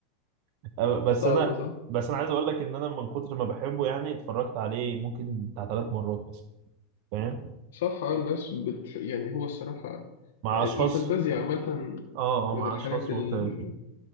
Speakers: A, on the right; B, on the left.
A: <laughs> أنا- بس
B: صعب
A: انا
B: صح؟
A: بس انا عايز اقول لك ان انا من كتر ما بحبه يعني اتفرجت عليه ممكن بتاع ثلاث مرات مثلا فاهم
B: صح آه، الناس بت... يعني هو الصراحة
A: مع
B: الفانتازيا
A: اشخاص
B: عامة
A: اه
B: من
A: اه مع
B: الحاجات
A: اشخاص
B: ال-
A: مختلفين